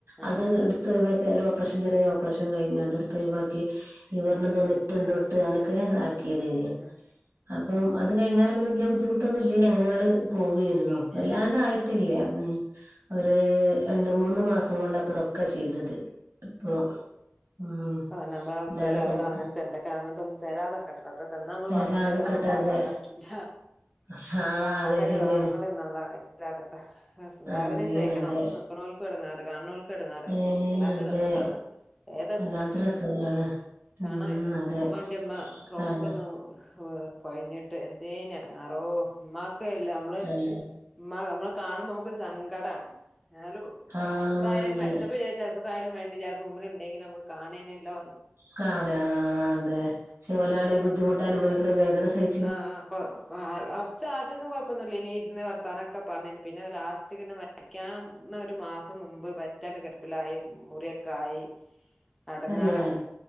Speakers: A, in the centre; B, on the right.
A: ആഹ്
B: അതൊരു ഒഴിവാക്കി ഒരു ഓപ്പറേഷൻ ചെറിയൊരു ഓപ്പറേഷൻ കഴിഞ്ഞ് അതെടുത്തു ഒഴിവാക്കി
A: ആഹ്
B: ലിവറിനെന്തോ നെട്ട് എന്തോ ഇട്ട് അങ്ങനൊക്കെ ആാക്കിയ തേനി
A: ആഹ് ആഹ്
B: ഓംഅത് കഴിഞ്ഞാരെ വലിയ ബുദ്ധിമുട്ടൊന്നും ഇല്ല യിനി അങ്ങന അങ്ങട് പോുകയായിരുന്നു
A: പോയിന്
B: വല്ലാണ്ട ട്ടില്ല ഉ അവര് രണ്ട മൂന്ന് മാസം കൊണ്ടപ്പൊ ഇതൊ ഒക്കെ ചെയ്തത് ഇപ്പൊ ഉം
A: ആ നമ്മളെ അവസ്ഥയിൽ
B: അല്ലാതെ
A: അള്ളഅങ്ങനത്തെ
B: കൊഴപ്പ
A: തരാതെ ഇക്കട്ടെ റബ്ബേ തന്ന നമ്മള്
B: തരാതെക്കട്ടെ
A: വാങ്ങേണ്ടിവരും വാണ്ട
B: അതെ
A: എന്ന് പറയാൻ പറ്റൂില്ല
B: ആഹ്
A: ആ
B: അതെ
A: ആരക
B: ശരിയാണ്
A: രോഗങ്ങന്നുള്ള കഴിച്ചിലാക്കട്ടെ വേദനയും
B: ആമീൻ
A: സയിക്കണം
B: അതെ
A: ഒപ്പ നിക്കണോർക്കും ഇടങ്ങാറ് കാണോൾക്ക ഇടങ്ങാറ്
B: ഏഹ്
A: വല്ലാത്ത
B: അതെ
A: രഅസുഖണത് ഏദാശന്റെ
B: വല്ലാത്തൊരസുഖാണ്
A: കാണ
B: ഉം
A: വയ്യ
B: അതെ
A: ഉമ്മ്മന്റെമ്മ സ്രോക്കന്ന്
B: ആണ്
A: കൊഴിഞ്ഞിട്ട് എന്തേന ഇടങ്ങാറോ ഉമ്മാക്കല്ല നമ്മള്
B: തന്നെ
A: ഉ നമ്മൾ കാണുമ്പോൾ നമുക്കൊരു സങ്കടമാണ് എന്നാലും
B: ആഹ്
A: അസുഖ ആ യാലും
B: അതെ
A: മരിച്ചപ്പോ വിചാരിച്ച് അസു എന്തായാലും വേണ്ടിലാ മുമ്പിലു ഉണ്ടെങ്കിൽ നമുക്ക് കാണേ യിരുന്നല്ലോ
B: കാണ തെ ഓല ണങ്കിൽ ബുദ്ധിമുട്ട് അനുഭവിക്കണ വേദന സഹിച്ച
A: ആ ആ കുറച്ച് ആദ്യൊന്നും കുഴപ്പൊന്നില്ല ഇ നീ ഇന്ന് വർത്താനൊക്കെ പറഞ്ഞന് പിന്നെ ലാസ്റ്റ് പച്ച വരയ്ക്കാന്ന ഒരു മാസം മുമ്പ് പറ്റാൻ കിടുപ്പിലായി മുറി ഒ കായി ഇടങ്ങാറായി
B: തന്നെ